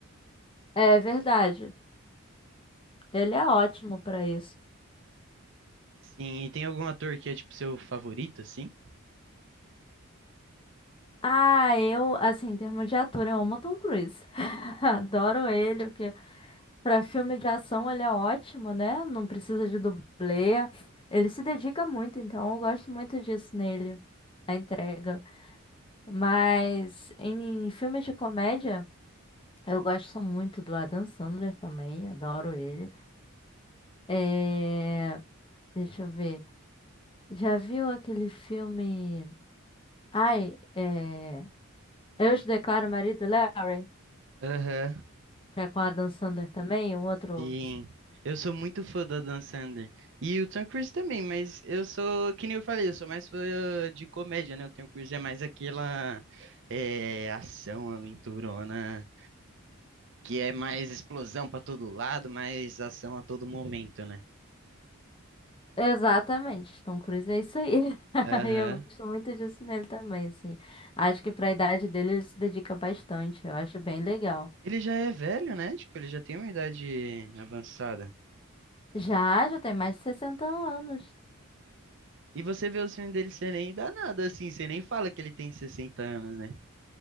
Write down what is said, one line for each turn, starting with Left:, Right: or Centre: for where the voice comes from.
Left: É verdade. Ele é ótimo pra isso.
Right: Sim, e tem algum ator que é, tipo, seu favorito, assim?
Left: Ah, eu, assim, em termos de ator, eu amo o Tom Cruise. <laughs> Adoro ele, porque Pra filme de ação ele é ótimo, né? Não precisa de dublê. Ele se dedica muito, então eu gosto muito disso nele, a entrega. Mas em filmes de comédia, eu gosto muito do Adam Sandler também, adoro ele. É... Deixa eu ver. Já viu aquele filme. Ai, é... Eu te declaro marido, Larry,
Right: Aham.
Left: que é com o Adam Sandler também, um outro.
Right: Sim, eu sou muito fã do Adam Sandler. E o Tom Cruise também, mas eu sou, que nem eu falei, eu sou mais fã eh, de comédia, né? O Tom Cruise é mais aquela é, ação aventurona, que é mais explosão pra todo lado, mais ação a todo momento, né?
Left: Exatamente, Tom Cruise é isso aí. <laughs>
Right: Aham.
Left: E eu gosto muito disso nele também, assim. Acho que pra idade dele ele se dedica bastante, eu acho bem legal.
Right: Ele já é velho, né? Tipo, ele já tem uma idade avançada.
Left: Já, já tem mais de sessenta anos.
Right: E você vê o filme dele, você nem dá nada assim, você nem fala que ele tem 60 anos, né?